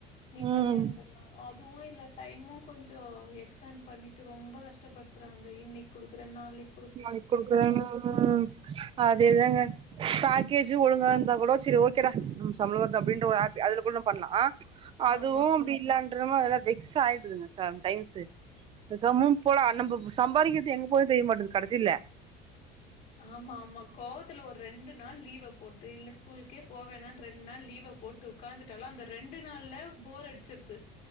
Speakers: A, on the left; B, on the right.
A: நிம்மதியா
B: ம்
A: இருந்தர்லா அதுவு இல்ல டைமு கொஞ்சோ எக்ஸ்டெண்ட் பண்ணிட்டு ரொம்ப கஷ்டப்படுத்துறாங்க இன்னைக்கி குடுக்குறே நாளைக்
B: நாளைக் குடுக்குறா <inaudible> அதேதாங்க பேக்கேஜூ ஒழுங்கா இருந்தா கூட செரி ஓக்கேடா ம் சம்பளம் வருது அப்டின்ற ஒரு ஹப்பி அதுல கூட நம்ம பண்ணலா அதுவு
A: ஆமா.
B: அப்டி இல்லான்றம அதெல்லா வெக் ஸ் ஆயிடுதுங்க சார் அந்த டைம்ஸு கம்முனு போலா நம்ப சம்பாரிக்கிறது எங்க போகுதுனு தெரிய மாட்டுது கடசில
A: ஆமா ஆமா கோவத்துல ஒரு ரெண்டு நாள் லீவ போட்டு இல்ல ஸ்கூலுக்கே போ வேணானு ரெண்டு நாள் லீவ போட் டு உகாந்துட்டாலு அந்த ரெண்டு நாள்ல போர் அடிச்சிருது